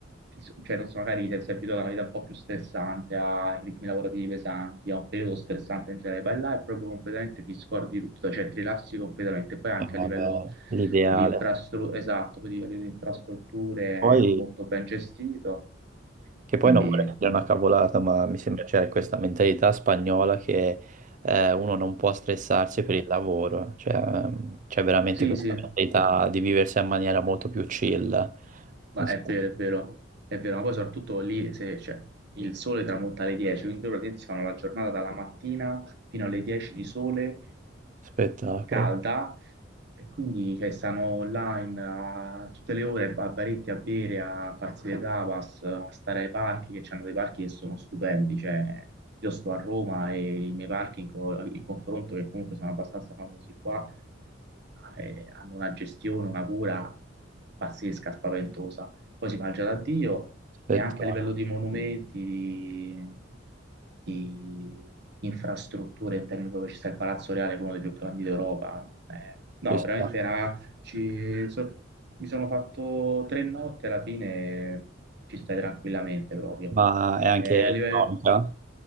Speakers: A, on the right; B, on the right.
A: ti s- cioè, non so, magari ti sei abituato a una vita un po' più stressante, a ritmi lavorativi pesanti, a un periodo stressante in generale, vai là e proprio completamente ti scordi di tutto, cioè ti rilassi completamente. Poi anche
B: Eh, Vabbè,
A: a livello
B: l'ideale.
A: di infrastrutture, esatto, poi a livello di infrastrutture
B: Poi,
A: è molto ben gestito.
B: che poi
A: Quindi
B: non vorrei dire una cavolata, ma mi sembra c'è questa mentalità spagnola che eh, uno non può stressarsi per il lavoro, cioè ehm, c'è veramente
A: sì,
B: questa
A: sì.
B: mentalità di viversi in maniera molto più chill.
A: Ma
B: Non
A: è
B: so,
A: vero, è vero, è vero, ma poi soprattutto lì se, cioè, il sole tramonta alle 10, quindi loro praticamente si fanno la giornata dalla mattina fino alle 10 di sole
B: Spettacolo,
A: calda e quindi cioè, stanno là in, a tutte le ore a baretti a bere, a farsi le tapas, a stare ai parchi, che c'hanno dei parchi che sono stupendi, cioè io sto a Roma e i miei parchi in, co- in confronto, che comunque sono abbastanza famosi qua, eh, hanno una gestione, una cura pazzesca, spaventosa poi si mangia da Dio
B: spettacolo.
A: e anche a livello di monumenti, di, di infrastrutture in termini proprio ci sta il Palazzo Reale, che è uno dei più grandi d'Europa. Eh, no,
B: Ci sta.
A: veramente era, ci- so- mi sono fatto tre notti alla fine, ci stai tranquillamente proprio.
B: Ma è anche
A: Eh,
B: economica,
A: a livello,